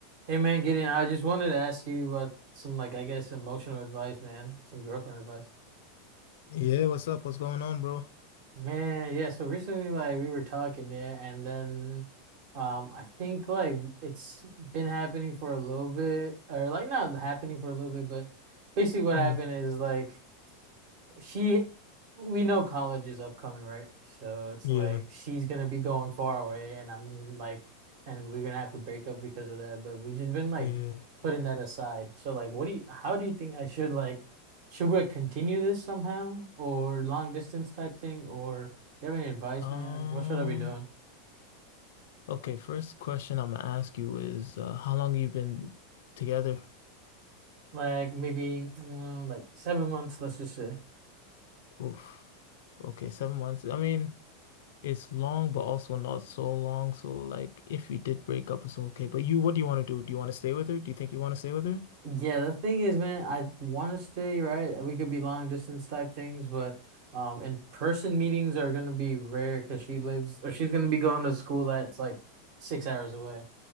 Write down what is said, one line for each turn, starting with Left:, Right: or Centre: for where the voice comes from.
Right: Hey man, Gideon, I just wanted to ask you about some like I guess emotional advice, man. Some girlfriend advice.
Left: Yeah, what's up? What's going on, bro?
Right: Man, yeah, so recently like we were talking, yeah, and then um I think like it's been happening for a little bit or like not happening for a little bit, but basically what
Left: Mm,
Right: happened is like she we know college is upcoming, right? So it's
Left: yeah,
Right: like she's gonna be going far away and I'm like and we're gonna have to break up because of that. But we just been like
Left: yeah.
Right: putting that aside. So like what do you how do you think I should like should we continue this somehow or long distance type thing or do you have any advice,
Left: Um,
Right: man? What should I be doing?
Left: okay, first question I'm gonna ask you is uh, how long you been together?
Right: Like maybe mm, like seven months, let's just say.
Left: Oof. Okay, seven months. I mean, it's long, but also not so long. So like if you did break up, it's okay. But you, what do you want to do? Do you want to stay with her? Do you think you want to stay with her?
Right: Yeah, the thing is, man, I want to stay, right? We could be long distance type things, but um, in person meetings are gonna be rare because she lives or she's gonna be going to school that's like six hours away.